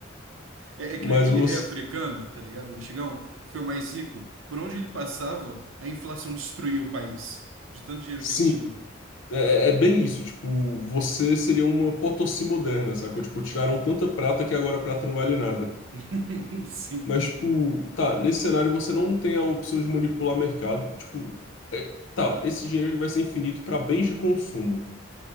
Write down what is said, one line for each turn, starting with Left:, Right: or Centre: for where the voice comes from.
Right: É,
Left: Mas
Right: é que nem aquele
Left: você.
Right: rei africano, tá ligado? Antigão, foi o mais rico. Por onde ele passava, a inflação destruía o país, de tanto dinheiro
Left: Sim,
Right: que ele tinha.
Left: é, é é bem isso. Tipo, você seria uma Potosí moderna, sacou? Tipo, tiraram tanta prata que agora a prata não vale nada.
Right: <laughs> Sim.
Left: Mas, tipo, tá, nesse cenário você não tem a opção de manipular mercado. Tipo, é, tá, esse dinheiro ele vai ser infinito para bens de consumo.